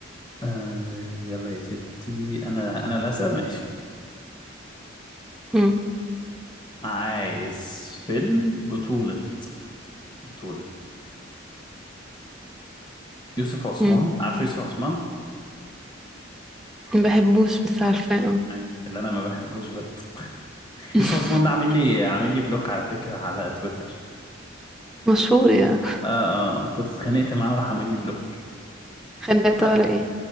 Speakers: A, on the left; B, in the centre.
A: آه يلا يا ستي انا انا اللي هسأل ماشي
B: أمم،
A: عايز فيلم بطولة بطولة يوسف عثمان
B: أمم.
A: عارف يوسف عثمان
B: ما بحبوش بس عارفة اه
A: ماشي اللي انا ما بحبوش برضه <laughs>
B: <laughs>
A: يوسف عثمان ده عامل لي عامل لي بلوك على فكرة على تويتر
B: مشهور يا
A: اه اه كنت اتخانقت معاه وراح عامل لي بلوك
B: خليته
A: ع-
B: ولا ايه